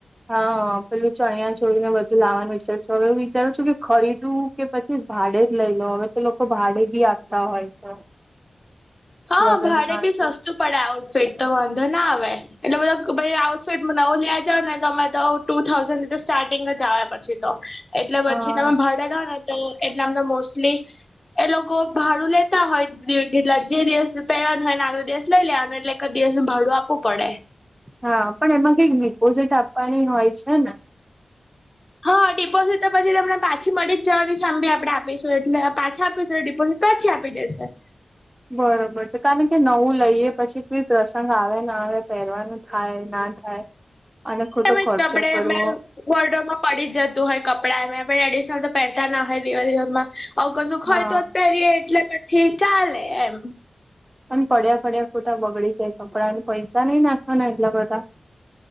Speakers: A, on the right; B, on the left.
A: હા પેલું ચણિયા છોડીને બધું લાવવાનું વિચારશ હવે હું વિચારું છું કે ખરીદવું કે પછી ભાડે જ લઈ લો હવે તો લોકો ભાડે બી આપતા હોય છે <inaudible>
B: હા
A: લગ્ન
B: ભાડે
A: માટે
B: ભી સસ્તું પડે આઉટફેટ તો વાંધો ના આવે એટલે બધા આઉટફિટ નવું લ્યા જાવ ને તમે તો ટુ થાઉઝન્ડ તો સ્ટાર્ટિંગ જ આવે પછી તો એટલે
A: હા
B: પછી તમે ભડેલા તો એટલામાં તો મોસ્ટલી એ લોકો ભાડું લેતા હોય જે દિવસ પહેરવાનું હોય ને આગો દિવસ લઈ લેવાનું એટલે એક દિવસ નું ભાડું આપવું પડે
A: હા પણ એમાં કઈક ડિપોઝિટ આપવાની હોય છે ને
B: હા ડિપોઝીટ તો પછી તમને પાછી મળી જવાની આમ બી આપણે આપીશું એટલે પાછા આપીશું ડિપોઝિટ પછી આપી દેશે
A: બરોબર છે કારણ કે નવું લઈએ પછી કઈ પ્રસંગ આવે ના આવે પહેરવાનું થાય ના થાય અને ખોટો
B: તમે
A: ખર્ચો
B: કપડે
A: કરવો
B: વર્ડોમાં પડી જતું હોય કપડાં એમ એડિશનલ તો પહેરતા ના હોય દેવા દેમાં આવ કશુંક
A: હા
B: હોય તો જ પહેરીએ એટલે પછી ચાલે એમ.
A: પણ પડ્યા પડ્યા ખોટા બગડી જાય કપડાને પૈસા નઈ નાખવાના એટલા બધા